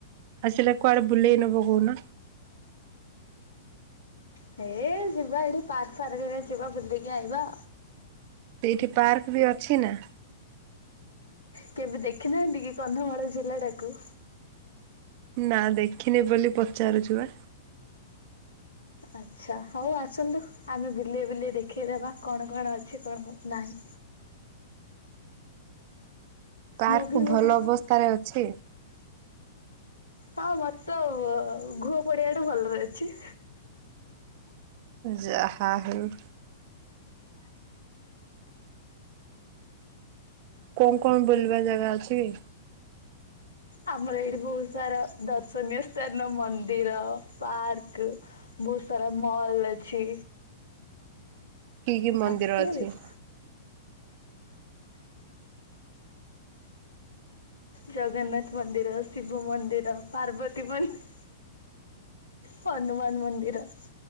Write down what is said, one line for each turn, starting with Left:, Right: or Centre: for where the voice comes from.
Right: ଆସିଲେ କୁଆଡେ ବୁଲେଇ ନବ କହୁନ?
Left: ହେ ଯିବା ଏଠି ପାର୍କ ଫାର୍କ ମୋ ଯିବା ବୁଲିକି ଆଇିବା।
Right: ସେଇଠି ପାର୍କ ବି ଅଛି ନା।
Left: କେବେ ଦେଖିନାହାନ୍ତି କି କନ୍ଧମାଳ ଜିଲ୍ଲା ଟାକୁ?
Right: ନା ଦେଖିନି ବୋଲି ପଚାରୁଛୁ ବା।
Left: ଆଚ୍ଛା ହଉ ଆସନ୍ତୁ ଆମେ ବିଲେଇ ବିଲେଇ ଦେଖେଇଦେବା କଣ କଣ ଅଛି କଣ କଣ ନାହିଁ।
Right: ପାର୍କ
Left: ମୁଭି ଫୁଭି
Right: ଭଲ ଅବସ୍ଥାରେ ଅଛି।
Left: ହଁ ମତୋ ଘୁହ ପଡିଆଠୁ ଭଲରେ ଅଛି।
Right: ଜାହା ହଉ। କଣ କଣ ବୁଲିବା ଜାଗା ଅଛି କି?
Left: ଆମର ଏଇଠି ବହୁତୁ ସାରା ଦର୍ଶନୀୟ ସ୍ଥାନ ମନ୍ଦିର ପାର୍କ ବହୁତୁ ସାରା ମଲ ଅଛି।
Right: କି କି ମନ୍ଦିର
Left: ଆସିଲେ
Right: ଅଛି?
Left: ଦେଖ ଜଗନ୍ନାଥ ମନ୍ଦିର ଶିବ ମନ୍ଦିର ପାର୍ବତୀ ମନ୍ଦିର ହନୁମାନ ମନ୍ଦିର